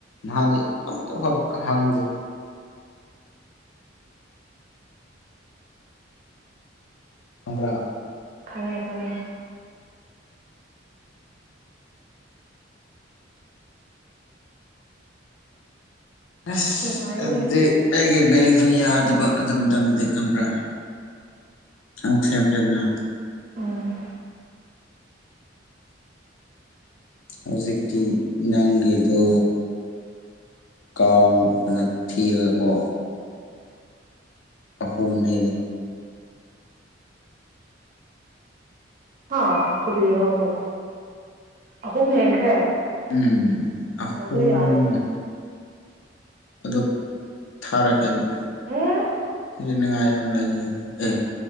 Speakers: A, on the left; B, on the right.
A: ꯅꯍꯥꯟꯗꯤ ꯑꯝꯇ ꯐꯥꯎ ꯍꯪꯗꯦ ꯈꯝ꯭ꯔ
B: ꯈꯪꯉꯦ ꯈꯪꯉꯦ
A: ꯑ
B: ꯅꯨꯡꯉꯥꯏꯅꯦ
A: ꯑꯗꯨꯗꯤ ꯑꯩꯒꯤ ꯕꯦꯡꯁꯨ ꯌꯥꯗꯕ ꯑꯗꯨꯇꯪꯗꯤ ꯈꯪꯕ꯭ꯔꯥ ꯑ ꯁꯦꯝꯈ꯭ꯔꯦꯗꯅꯥ
B: ꯎꯝ
A: ꯍꯧꯖꯤꯛ ꯅꯥꯪꯒꯤꯦꯗ ꯀꯥꯎ ꯀꯩꯅꯣ ꯊꯤꯔꯒꯀꯣ
B: ꯎꯝ
A: ꯑꯍꯨꯝ ꯍꯦꯅꯦ
B: ꯍꯥ ꯀꯗꯤꯕꯣ ꯑꯍꯨꯝ ꯍꯦꯟꯈ꯭ꯔꯦ
A: ꯎꯝ ꯑꯍꯨꯝ
B: ꯑꯣ ꯑꯗꯨ ꯌꯥꯔꯦ ꯀꯩꯅꯣ
A: ꯑꯗꯨ ꯊꯥꯔꯛꯀꯦ ꯑꯃ
B: ꯎꯝ
A: ꯁꯤ ꯅꯨꯡꯉꯥꯏ ꯌꯥꯝ ꯂꯩꯌꯦ ꯑꯦ